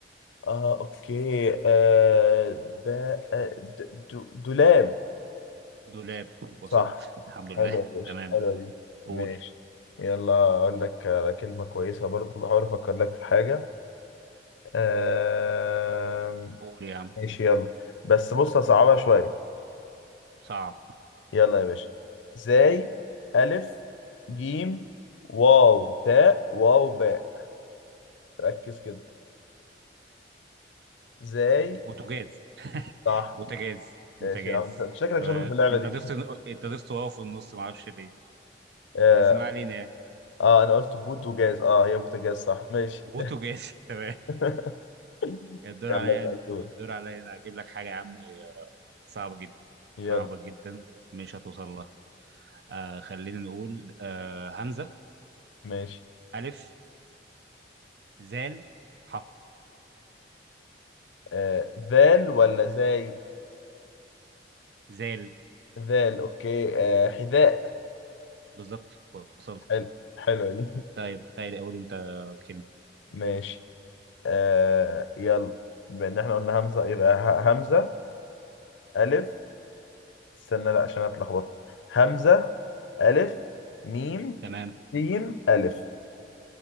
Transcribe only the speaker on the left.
اه اوكي آه، باء آه، د- د- دولاب
صح
حلو يا باشا
حلوة دي
ماشي يلا اقول لك على كلمة كويسة برضو بحاول افكر لك في حاجة آه،
ماشي يلا بس بص هصعبها شوية
يلا يا باشا ازاي ألف جيم واو تاء واو باء ركز كده ازاي
صح
ماشي يا عم انت شكلك
شاطر في اللعبة
دي
اه,
آه انا قلت بوت وجاز اه هي بوتاجاز صح ماشي
<laughs>
يلا
سألتوك
يلا
ماشي
آه ذال ولا زاي
ذال اوكي آه حذاء
حلو حلوة دي
<laughs> ماشي آه يلا بما ان احنا قلنا همزة يبقى ه- همزة ألف استنى لا عشان أنا اتلخبطت همزة ألف ميم
سين ألف